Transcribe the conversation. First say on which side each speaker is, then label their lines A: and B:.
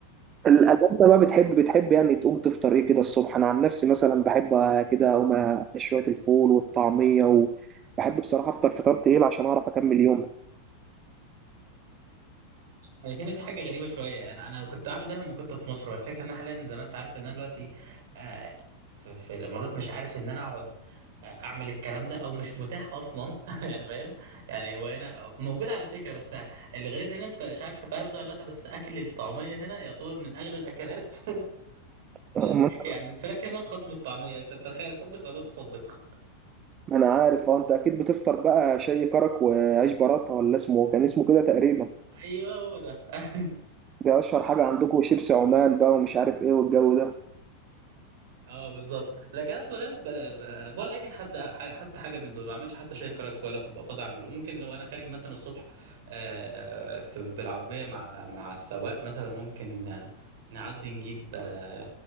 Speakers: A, on the right; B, on the right.
A: ال- انت بقى بتحب بتحب يعني تقوم تفطر ايه كده الصبح انا عن نفسي مثلا بحب كده اقوم أ- شويه الفول والطعميه وبحب بصراحه افطر فطار تقيل عشان اعرف اكمل يومي
B: يعني هنا في حاجة غريبة شوية أنا أنا كنت بعمل ده لما كنت في مصر والفكرة إن أنا حاليا زي ما أنت عارف إن أنا دلوقتي آه، في, في الإمارات مش عارف إن أنا أقعد آه، أعمل الكلام ده أو مش متاح أصلا <laughs> يعني فاهم يعني هو هنا موجود على فكرة بس الغريب هنا أنت مش عارف هتعرف ده ولا لأ بس أكل الطعمية هنا يعتبر من أغلى الأكلات <laughs>
A: <laughs>
B: فاهم يعني الفراخ هنا أرخص من الطعمية أنت تخيل صدق ولا تصدق
A: ما انا عارف اه انت اكيد بتفطر بقى شاي كرك وعيش براته ولا اسمه كان اسمه كده تقريبا
B: أيوه هو ده <laughs>
A: ده اشهر حاجه عندكم شيبسي عمان بقى ومش عارف ايه والجو ده
B: اه بالظبط لكن انا في الغالب ب- ب- ولا اي حد ح- حتى حاجه من دول ما اعملش حتى شاي كرك ولا بفضل اعمله ممكن لو انا خارج مثلا الصبح آه، في- بالعربيه مع مع السواق مثلا ممكن آه، نعدي نجيب آه،